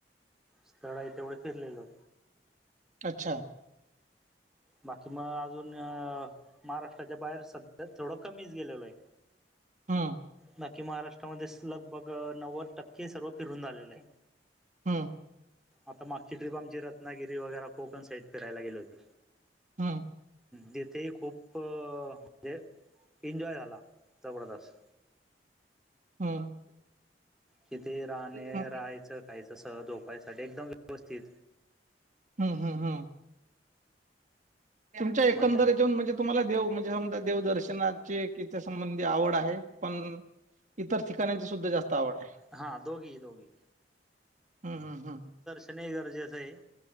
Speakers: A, in the centre; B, on the right.
A: स्थळ आहे तेवढे फिरलेलो.
B: अच्छा
A: बाकी मग अजून महाराष्ट्राच्या बाहेर सध्या थोडं कमीच गेलेलो आहे. <inaudible>
B: हा
A: बाकी महाराष्ट्रामध्ये लगभग नव्वद टक्के सर्व फिरून झालेलं आहे.
B: हम
A: आता मागची ट्रिप आमची रत्नागिरी वगैरे कोकण साईड फिरायला गेल होते.
B: हा
A: जेथेही खूप म्हणजे एन्जॉय झाला जबरदस्त.
B: हम
A: तिथे राहणे
B: हम्म
A: राहायचं खायचं सह झोपायसाठी एकदम व्यवस्थित.
B: हम हम हा तुमच्या एकंदरीत
A: मग त्या
B: जेऊन म्हणजे तुम्हाला देव म्हणजे समजा देवदर्शनाचे कीच्या संबंधी आवड आहे पण इतर ठिकाणांची सुद्धा जास्त आवड आहे
A: हा दोघी दोघी
B: हम्म हम्म हम्.
A: बघण हे गरजेचं आहे